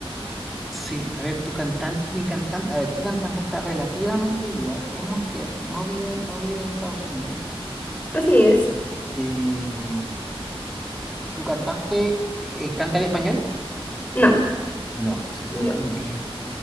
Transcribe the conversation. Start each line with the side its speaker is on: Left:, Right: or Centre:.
Centre: sí. A ver, tu cantante, mi cantante, a ver, tu cantante está relativamente viva, es mujer, no vive, no vive en Estados Unidos.
Left: así es.
Centre: Eh, ¿tu cantante eh, canta en español?
Left: No,
Centre: No, entonces
Left: no.
Centre: canta en inglés.